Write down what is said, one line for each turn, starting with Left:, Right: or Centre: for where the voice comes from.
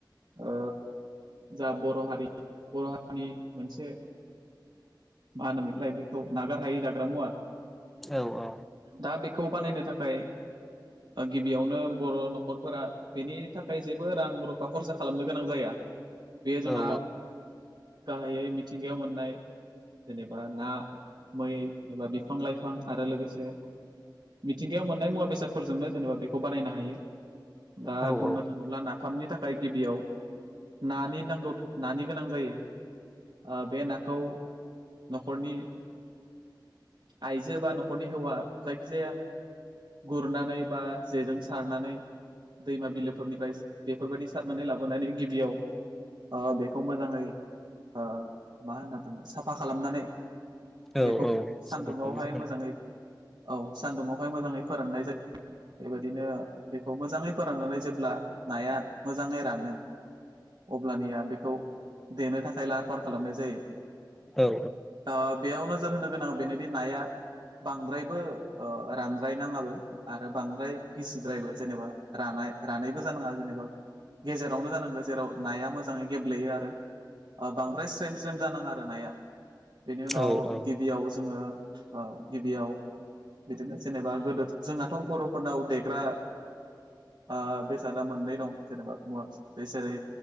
Right: ओ जा बर' हारि बर' हारिनि मोनसे मा होनोमोनलाय बेखौ नागारहायै जाग्रा मुवा
Centre: औ औ
Right: दा बेखौ बानायनो थाखाय गिबियावनो बर' न'खरफोरा बेनि थाखाय जेबो रां रु फा खरसा खालामनो गोनां जाया बेयो जोंहा
Centre: औ
Right: गाहायै मिथिंगायाव मोननाय जेनेबा ना मै जेनेबा बिफां लाइफां आरो लोगोसे मिथिंगायाव मोननाय मुवा बेसादफोरजोंनो जेनेबा बेखौ बानायनो हायो। दा
Centre: औ
Right: बुंनो थाङोब्ला नाफामनि था खाय गिबियाव नानि नांगौ नानि गोनां जायो आ बे नाखौ न'खरनि आइजो बा न'खरनि हौवा जायखिजाया गुरनानै बा जेजों सारनानै दैमा बिलोफोरनिफ्राय बे फोरबायदि सारनानै लाबोनानै गिबियाव ओ बेखौ मोजाङै ओ मा होनना बुङो साफा खालामनानै
Centre: औ
Right: बेखौ
Centre: औ
Right: सान्दुंङावहाय
Centre: साबायखर खालामनाय जाबाय
Right: मोजाङै औ सान्दुुंआवहाय मोजाङै फोराननाय जाय बेबायदिनो बेखौ मोजाङै फोराननानै जेब्ला नाया मोजाङै रानो अब्लानिया बेखौ देनो थाखाय लाहार फाहार खालामनाय जायो
Centre: औ
Right: आ बेयावनो नोजोर होनो गोनाङा बेनोदि नाया बांद्रायबो ओ रानद्रायनाङाबो आरो बांद्राय गिसिद्रायबो जेनेबा रानाय- रानायबो जानाङा जेनेबा गेजेरावनो जानांगो जेराव नाया मोजाङै गेब्लेयो आरो ओ बांद्राय स्रेम स्रेम जानाङा आरो नाया बेनि उनाव
Centre: औ औ
Right: गिबियाव जोङो ओ गिबियाव बिदिनो जेनेबा गोदो जोंहाथ' बर'फोरनाव देग्रा ओ बेसादा मोननै दं जेनेबा मुवा बेसाद बेसोरै